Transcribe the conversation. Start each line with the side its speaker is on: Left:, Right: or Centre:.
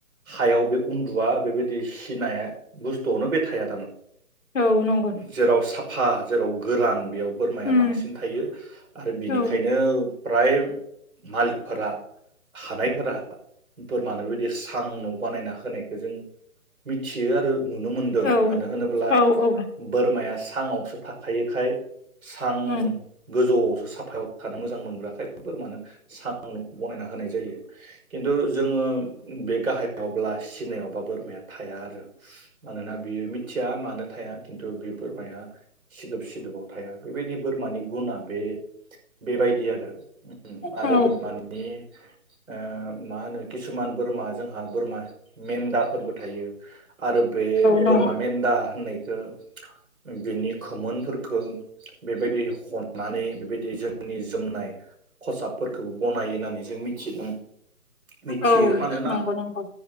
Right: हायाव बे उन्दुवआ बेबायदि सिनाया बुस्थुआवनो बे थाया
Left: औ नंगौ
Right: जेराव साब फा जेराव गोरान बेयाव बोरमाया
Left: उम
Right: बांसिन थायो आरो बिनिखायनो
Left: औ
Right: फ्राय मालिकफोरा हानायफोरा बोरमानो बेदि थां न' बानायना होनायखौ जों मिथियो आरो नुनो मोनदों
Left: औ
Right: मानो ब्लाद
Left: औ औ
Right: बोरमाया साङावसो थाखायोखाय सां
Left: उम
Right: गोजौआवसो साफायाव थानो मोजां मोनग्रा खायफोर मानो सा आं न'खौ बनायना होनाय जायो खिन्थु जोङो बे गाहायावब्ला सिनायावबा बोरमाया थाया आरो मानोना बियो मिथ थिया मानो थाया खिन्थु बे बोरमाया सिदोब सिदोबाव थाया बेबायदि बोरमानि गुना बे बेबायदि आरो उम आरो
Left: औ
Right: बोरमानि ओ मा होनो गिद किसुमान बोरमा जोंहा बोरमा मेन्दाफोरबो थायो आरो बे बोरमा
Left: नंगौ
Right: मेन्द दा होननायखो बिनि खोमोनफोरखो बेबायदि हननानै बेबायदि जोंनि जोमनाय खसाबफोरखौबो बनायो होननानै जों मिथिदों। मिथियो
Left: औ
Right: मानोना
Left: नंगौ नंगौ।